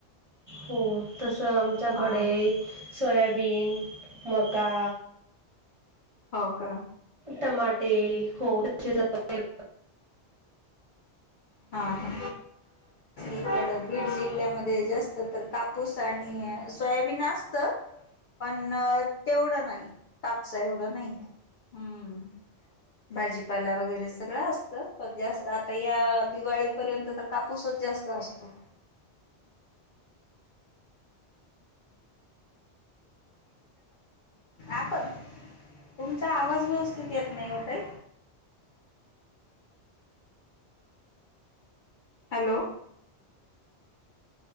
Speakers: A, on the right (about 35°); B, on the left (about 55°).
A: हो तसं आमच्याकडे
B: हा
A: सोयाबीन, मका.
B: हो का.
A: टमाटे हो <unintelligible>
B: हा हा. इकडं बीड जिल्ह्यामध्ये जास्त तर काप पुूसा आणि आहे सोयाबीन अस असतं, पण तेवढं नाही. कापसा एवढं नाही आहे. हम्म. भाजीपाला वगैरे सगळं असतं. पण जास्त आता या दिवाळीपर्यंत तर कापूसच जास्त असतो. आप तुमचा आवाज व्यवस्थित येत नाही ओ ताई. Hello.